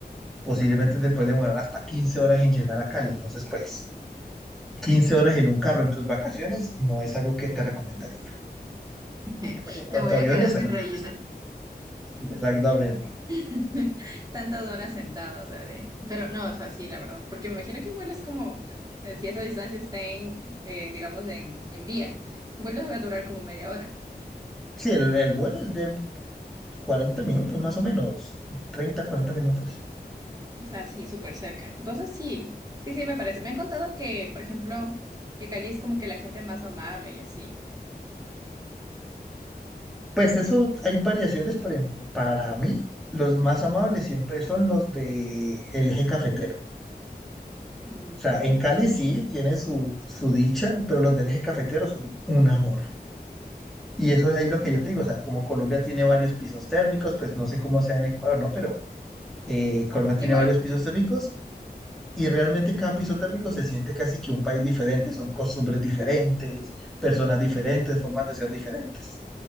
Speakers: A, in the centre; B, on the right.
A: Posiblemente te puede demorar hasta 15 horas en llegar a Cali. Entonces, pues, quince horas en un carro en tus vacaciones no es algo que te recomendaría.
B: <laughs>
A: Pues en cuanto
B: Me voy
A: a
B: a
A: aviones,
B: quedar sin
A: ahí
B: <laughs> rayitas.
A: sí, exactamente.
B: <laughs> tantas horas sentada, o sea, de... Pero no, o sea, sí, la verdad, porque me imagino que vuelas como, eh, si esa distancia está en, eh, digamos, en, en vía, un vuelo debe durar como media hora,
A: Sí, el, el vuelo es de 40 minutos más o menos, 30 40 minutos.
B: o sea, sí, súper cerca. Entonces, sí, sí, sí, me parece. Me han contado que, por ejemplo, que Cali es como que la gente más amable y así.
A: Pues eso, hay variaciones, por ejemplo, para mí los más amables siempre son los de el eje cafetero.
B: Mm.
A: O sea, en Cali sí tiene su, su dicha, pero los del eje cafetero son un amor. Y eso es ahí lo que yo te digo, o sea, como Colombia tiene varios pisos térmicos, pues no sé cómo sea en Ecuador, ¿no? Pero eh, Colombia tiene
B: Igual,
A: varios pisos térmicos y realmente cada piso térmico se siente casi que un país diferente, son costumbres diferentes, personas diferentes, formas de ser diferentes.